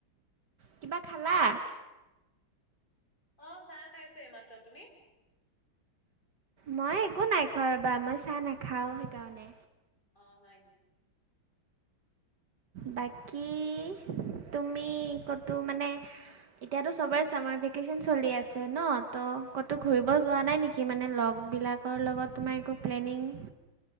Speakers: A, on the right (about 60°); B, on the left (about 25°).
A: কিবা খালা?
B: অ চাহ খাইছো এই মাত্ৰ। তুমি?
A: মই একো নাই খোৱা বৰা মই চাহ নাখাও সেইকাৰণে।
B: অ হয়।
A: বাকী তুমি ক'তো মানে এতিয়াতো চবৰে ছামাৰ ভেকেশচন চলি আছে ন ত' ক'তো ঘূৰিব যোৱা নাই নেকি মানে লগবিলাক। আৰু লগত তোমাৰ একো প্লেনিং।